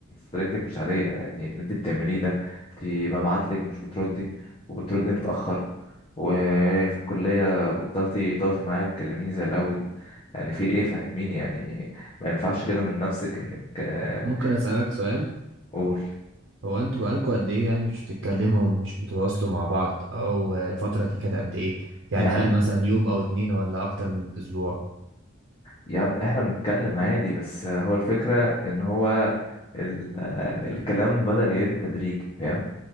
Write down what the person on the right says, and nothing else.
ممكن أسألك سؤال
هو انتوا بقالكوا قد ايه يعني مش بتتكلموا مش بتتواصلوا مع بعض او الفترة دي كانت قد ايه يعني
هل
مثلا يوم او اتنين ولا اكتر من اسبوع